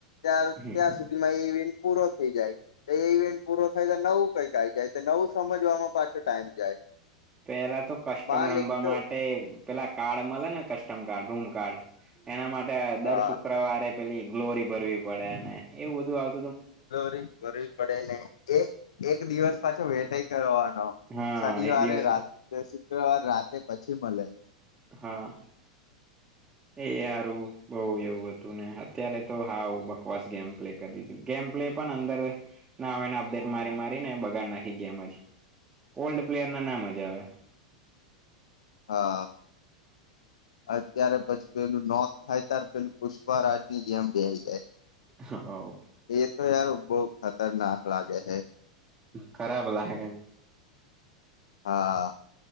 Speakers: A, on the left (about 75°); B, on the right (about 20°).
A: તાર
B: હમ
A: ત્યાં સુધીમાં ઇ પૂરો થઈ જાય તો એ ઇવેન્ટ પૂરો થાય તો નવું કઈક આ જાય તો નવું સમજવામાં પાછો ટાઈમ જાય
B: પેલા તો કસ્ટમ
A: માંડ
B: રમવા
A: એક તો
B: માટે પેલા કાર્ડ મળે ને કસ્ટમ કાર્ડ રૂમ કાર્ડ એના માટે દર
A: હા
B: શુક્રવારે પેલી ગ્લોરી ભરવી પડે ને એવું બધું આવ
A: રી કરરવી પડે ને એ એક દિવસ પાછો વેટઈ કરવાનો
B: હા
A: શનિવારે
B: એક દિવસ
A: રાતે શુક્રવારે રાતે પછી મળે
B: હા એયારું બઉ એવું હતું ને અત્યારે તો હા બકવાસ ગેમ પ્લે કરી દીધ ગેમ પ્લે પણ અંદર ના હોયને અપડેટ મારી મારીને બગાડ નાખી ગેમ જ ઓલ્ડ પ્લેયર ના નામ જ આવે
A: હા અત્યારે પછી પેલું નોક થાય ત્યારે પેલું પુ વાર આદમી જેમ બેઈ જાય
B: <inaudible>
A: એ તો યાર બહુ ખતરનાક લાગે છે
B: ખરાબ લાગ
A: હા